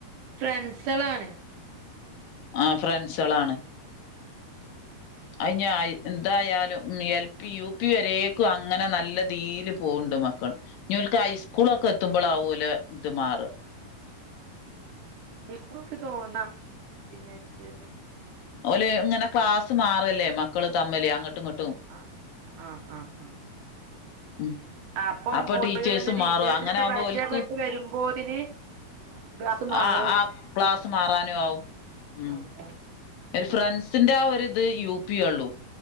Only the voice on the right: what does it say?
ഫ്രണ്ട്സളാണ്
സ്കുൾക് തോന്ന പിന്നെ അടിച്ചേസ്
ആ ആഹ് ആഹ് ആഹ്
അപ്പം
ഓരോന്ന്
ടീച്ചേഴ്സിനെ
പരിചയപ്പെട്ട്
വരുമ്പോതിന് ക്ലാസ് മാറും
ആഹ് അതാണ്